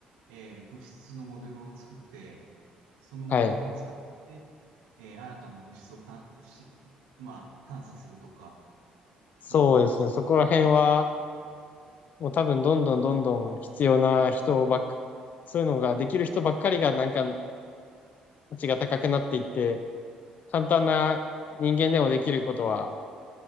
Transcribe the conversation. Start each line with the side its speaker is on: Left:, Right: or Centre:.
Right: えー物質のモデルを作って、そのモデルを使って、
Left: はい。
Right: えー新たな物質を探し、まあ、探査するとか、
Left: そうですね。
Right: うん。
Left: そこら辺は、もう多分どんどんどんどん必要な人ばっか、そういうのができる人ばっかりがなんか価値が高くなっていって、簡単な人間でもできることは、